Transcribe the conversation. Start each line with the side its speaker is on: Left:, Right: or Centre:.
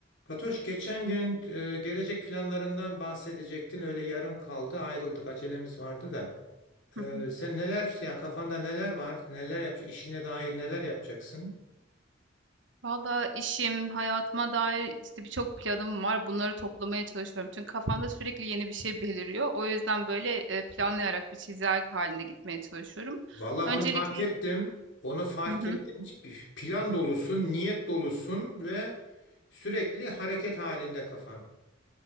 Left: Fatoş geçen gün e, gelecek planlarından bahsedecektin. Öyle yarım kaldı. Ayrıldık. Acelemiz vardı da.
Right: Hı hı.
Left: E, sen neler yani kafanda neler var? Neler yapacaksın? İşine dair neler yapacaksın?
Right: Valla işim, hayatıma dair işte birçok planım var. Bunları toplamaya çalışıyorum. Çünkü kafamda sürekli yeni bir şey beliriyor. O yüzden böyle e, planlayarak bir çizelge halinde gitmeye çalışıyorum.
Left: Valla onu
Right: Öncelikle
Left: fark ettim. Onu fark
Right: Hı hı.
Left: ettim. Plan dolusun, niyet dolusun ve sürekli hareket halinde kafan.